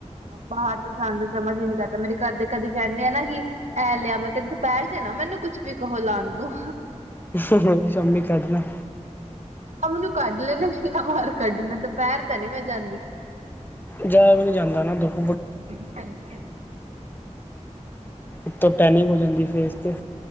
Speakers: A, on the right; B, on the left.
A: ਬਾਹਰ ਤੇ ਜਾਣ ਸਮਝ ਹੀ ਨੀ ਕਰਦਾ। ਮੇਰੇ ਘਰ ਦੇ ਕਦੇ ਕਹਿੰਦੇ ਆ ਨਾਂ ਕਿ ਇਹ ਲਿਆ ਮੈਂ ਕਿਹਾ ਦੁਪਹਿਰ ਚ ਨਾਂ ਮੈਨੂੰ ਕੁਛ ਵੀ ਕਹੋ ਲਾਣ ਨੂੰ।
B: <unintelligible> ਸ਼ਮੀ ਕਢਨਾ।
A: ਆ ਮੈਨੂੰ ਕੱਢ ਲੈਣਾ ਨਾ ਜਿਨ੍ਹਾਂ ਬਾਰ ਕੱਢਣਾ, ਦੁਪਹਿਰ ਤਾਂ ਨੀਂ ਮੈਂ ਜਾਂਦੀ।
B: ਜਾਆ ਵੀ ਨੀਂ ਜਾਂਦਾ ਨਾਂ ਦੁੱਪ
A: ਹਾਂਜੀ, ਹਾਂਜੀ।
B: ਉਤੋਂ ਟੈਨਿੰਗ ਹੋ ਜਾਂਦੀ ਫੇਸ ਤੇ।